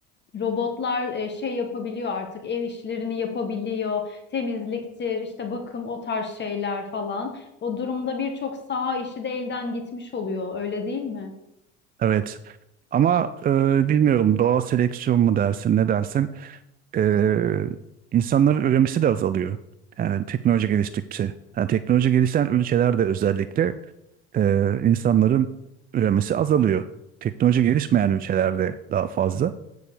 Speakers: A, on the left; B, on the right.
A: Robotlar e, şey yapabiliyor artık ev işlerini yapabiliyor temizliktir işte bakım o tarz şeyler falan o durumda birçok saha işi de elden gitmiş oluyor öyle değil mi?
B: evet. Ama e, bilmiyorum doğal seleksiyon mu dersin ne dersin? Ee, insanların üremesi de azalıyor. Yani teknoloji geliştikçe. Yani teknoloji gelişen ülkelerde özellikle e, insanların üremesi azalıyor. Teknoloji gelişmeyen ülkelerde daha fazla.